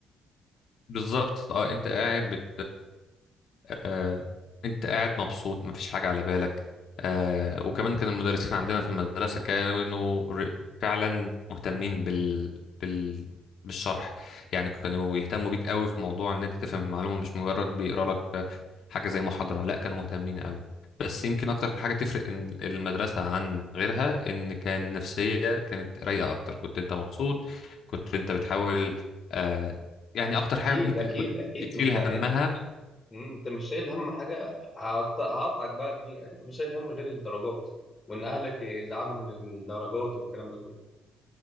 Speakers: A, on the left (about 55°); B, on the left (about 15°).
A: بالظبط اه انت قاعد بت آه، انت قاعد مبسوط مفيش حاجة على بالك آه، وكمان كان المدرسين عندنا في المدرسة كانوا ر- فعلا مهتمين بال... بال... بالشرح يعني كانوا يهتموا بيك قوي في موضوع ان انت تفهم المعلومة مش مجرد بيقرا لك آه، حاجة زي محاضرة لا كانوا مهتمين قوي بس يمكن اكتر حاجة تفرق إن المدرسة عن غيرها ان كان نفسية كانت رايقة اكتر كنت انت مبسوط كنت انت بتحاول آه، يعني اكتر
B: اكيد
A: حاجة ممكن
B: اكيد
A: كنت
B: اكيد
A: تشيل
B: ما انت
A: همها
B: انت انت مش شايل هم حاجه هقط- هقطعك بقى بدي انت مش شايل هم غير الدرجات وان اهلك يزعلوا من الدرجات والكلام ده كله